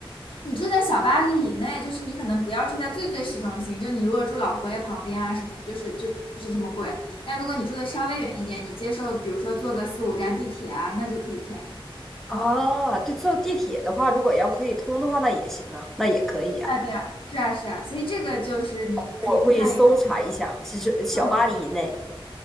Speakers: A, on the left; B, in the centre.
A: 你住在小巴黎以内，就是你可能不要住在最最市中心，就你如果住老佛爷旁边啊什么，就是就就是这么贵。但如果你住的稍微远一点，你接受比如说坐个四五站地铁啊，那就可以便宜。
B: 啊，
A: 嗯，
B: 对，坐地铁的话，如果要可以通的话，那也行啊，那也可以啊。
A: 对啊对啊，是啊是啊，所以这个就是你可以看一，
B: 我会搜查一下，其实小巴黎以内。
A: 嗯，